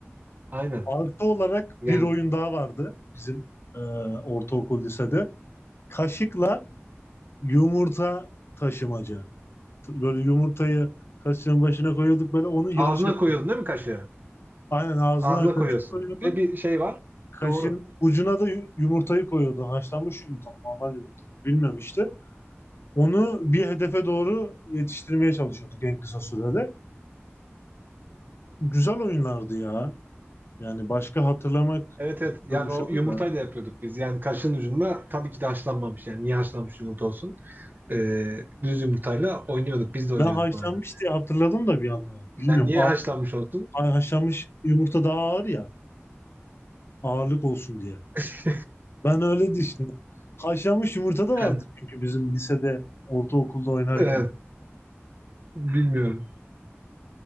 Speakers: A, on the right; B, on the left.
A: aynen.
B: Artı olarak
A: Yani
B: bir oyun daha vardı. Bizim e, ortaokul lisede. Kaşıkla yumurta taşımaca. T- Böyle yumurtayı kaşığın başına koyuyorduk böyle onu yarış
A: Ağzına
B: yapıyorduk.
A: koyuyordun değil mi kaşığı?
B: Aynen ağzına
A: Ağzına
B: kaşık
A: koyuyorsun.
B: koyuyordun.
A: Ve bir şey var.
B: Kaşığın
A: Doğru.
B: ucuna da yu- yumurtayı koyuyordun. Haşlanmış yumurta mı? Normal yumurta mı? Bilmem işte. Onu bir hedefe doğru yetiştirmeye çalışıyorduk en kısa sürede. Güzel oyunlardı ya. Yani başka hatırlamak
A: Evet evet.
B: istiyorum
A: Yani
B: şu
A: o
B: anda.
A: yumurtayı da yapıyorduk biz. Yani kaşığın ucunda tabii ki de haşlanmamış. Yani niye haşlanmış yumurta olsun? Ee, düz yumurtayla oynuyorduk. Biz de oynuyorduk
B: Ben haşlanmış
A: oyunu.
B: diye hatırladım da bir anda. Bilmiyorum.
A: Yani niye
B: A
A: haşlanmış olsun?
B: ha- haşlanmış yumurta daha ağır ya. Ağırlık olsun diye.
A: <laughs>
B: Ben öyle düşündüm. Haşlanmış yumurta da vardı
A: Evet,
B: çünkü bizim lisede, ortaokulda oynarken.
A: evet. Bilmiyorum.